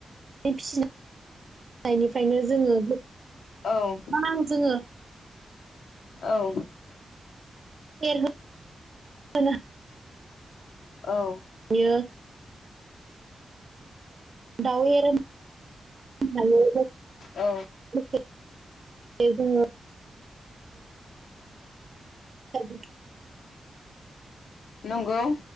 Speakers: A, on the right; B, on the left.
A: फिसिनानै निफ्रायनो जोङो गोबां
B: औ
A: जोङो
B: औ
A: एरहोनो
B: औ
A: हायो दाव एरहोनो हायो जों
B: औ
A: दे जोङो <unintelligible>
B: नंगौ